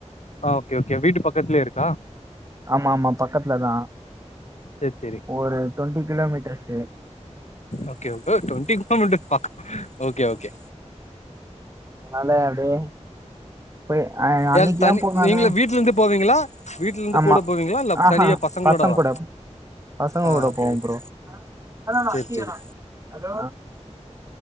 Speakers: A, on the left; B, on the right.
A: ஓக்கே ஓக்கே வீட்டு பக்கத்துலயே இருக்கா
B: ஆமா ஆமா பக்கத்துல தா
A: சேரி சேரி
B: ஒரு டுவெண்டி கிலோமீட்டர்ஸ்சு
A: ஓக்கே ஓக் ஓ டுவென்டி கிலோமீட்டர்ஸ் பக்கமா ஓக்கே ஓக்கே
B: அனால அப்டியே போய் அன்னைக்கு
A: ஏ தனி
B: ஏன் போனன்னா
A: நீங்கள வீட்ல இருந்து போவீங்களா வீட்ல இருந்து
B: ஆமா
A: கூட போவீங்களா இல்ல
B: அ
A: தனியா
B: ஆ
A: பசங்களோடவா
B: பசங் கூட பசங்க
A: ஆ
B: கூட
A: ஓகே
B: போவ
A: ஓகே
B: ப்ரோ ண்ணா அண்ணா
A: சேரி சேரி
B: நா <unintelligible> ஹலோ